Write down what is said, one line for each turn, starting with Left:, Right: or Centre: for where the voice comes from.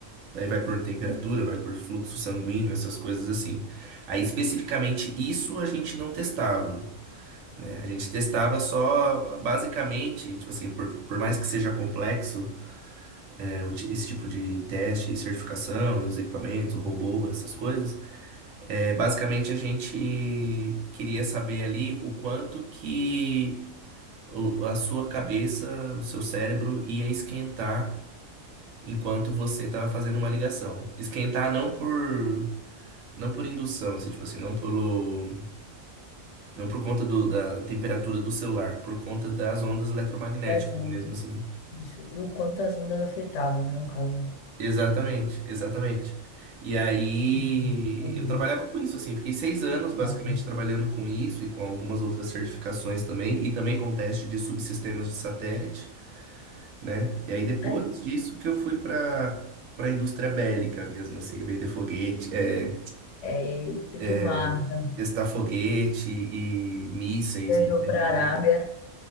Right: Aí vai por temperatura, vai por fluxo sanguíneo, essas coisas assim. Aí, especificamente, isso a gente não testava, né? A gente testava só, basicamente, tipo assim, por, por mais que seja complexo, é, o ti- esse tipo de teste, certificação, e os equipamentos, robô, essas coisas. É, basicamente, a gente queria saber ali o quanto que o- a sua cabeça, o seu cérebro ia esquentar enquanto você estava fazendo uma ligação. Esquentar não por não por indução, assim, tipo assim, não pelo não por conta do- da temperatura do celular, por conta das ondas eletromagnéticas
Left: As ondas.
Right: mesmo, assim.
Left: Isso. E o quanto as ondas afetavam, né, no caso.
Right: Exatamente, exatamente. E aí
Left: Uhum. Uhum.
Right: eu trabalhava com isso, assim, fiquei seis anos basicamente
Left: Nossa.
Right: trabalhando com isso e com algumas outras certificações também, e também com teste de subsistemas de satélite, né? E aí depois
Left: Ai,
Right: disso que eu fui para para a indústria bélica mesmo, assim, vender foguete, é,
Left: é, eita,
Right: é,
Left: que massa.
Right: testar foguete e mísseis
Left: Viajou
Right: bélicos.
Left: para a Arábia.